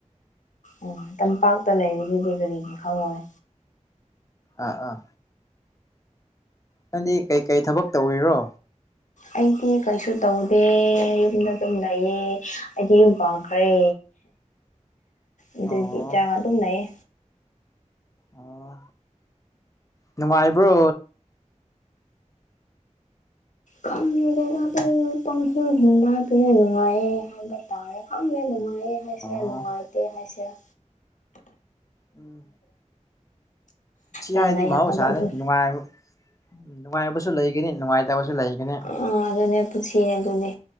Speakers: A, on the left; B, on the left.
A: ꯎꯝ ꯇꯝꯄꯥꯛꯇ ꯂꯩꯔꯤꯗꯨꯗꯤ ꯀꯔꯤꯒꯤ ꯈꯪꯉꯣꯏ
B: ꯑꯥ ꯑꯥ ꯅꯪꯗꯤ ꯀꯩꯀꯩ ꯊꯕꯛ ꯇꯧꯔꯤꯔꯣ
A: ꯑꯩꯗꯤ ꯀꯩꯁꯨ ꯇꯧꯗꯦ ꯌꯨꯝꯗ ꯑꯗꯨꯝ ꯂꯩꯌꯦ ꯑꯩꯗꯤ ꯌꯨꯝ ꯄꯥꯟ ꯍꯔꯦ ꯑꯗꯨꯗꯤ
B: ꯑꯣ
A: ꯏꯆꯥꯒ ꯑꯗꯨꯝꯅꯩꯌꯦ
B: ꯑꯣ ꯅꯨꯡꯉꯥꯏꯕ꯭ꯔꯣ
A: ꯈꯪꯗꯦꯗ ꯑꯗꯨꯝ ꯄꯪꯍꯤꯡ ꯍꯤꯡꯕ ꯅꯨꯡꯉꯥꯏꯔꯦ ꯍꯥꯏꯕ ꯇꯥꯔꯦ ꯈꯪꯗꯦ ꯅꯨꯡꯉꯥꯏ ꯑꯩ ꯏꯁꯥ
B: ꯑꯣ
A: ꯅꯨꯡꯉꯥꯏꯇꯦ ꯍꯥꯏꯁꯦꯔꯥ
B: ꯎꯝ ꯁꯤ
A: ꯌꯥꯅ
B: ꯍꯥꯏꯗꯤ
A: ꯌꯥꯅꯕ
B: ꯃꯍꯧꯁꯥꯅ
A: ꯑꯗꯨꯝ
B: ꯅꯨꯡꯉꯥꯏꯕ ꯎ ꯅꯨꯡꯉꯥꯏꯕꯁꯨ ꯂꯩꯒꯅꯤ ꯅꯨꯡꯉꯥꯏꯇꯕꯁꯨ ꯂꯩꯒꯅꯤ
A: ꯑ ꯑꯗꯨꯅꯦ ꯄꯨꯟꯁꯤꯌꯦꯦ ꯑꯗꯨꯅꯦ